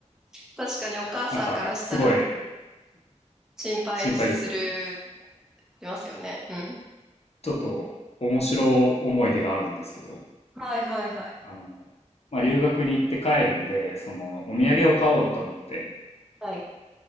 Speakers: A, in the centre; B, on the left (about 55°).
A: 確かにお母さんからしたら
B: なんか、すごい
A: 心配する、
B: 心配ですよね。
A: しますよね。うん。
B: ちょっと面白い思い出があるんですけど、
A: はいはいはい。
B: あの、まあ、留学に行って帰るんで、その、お土産を買おうと思って、
A: はい。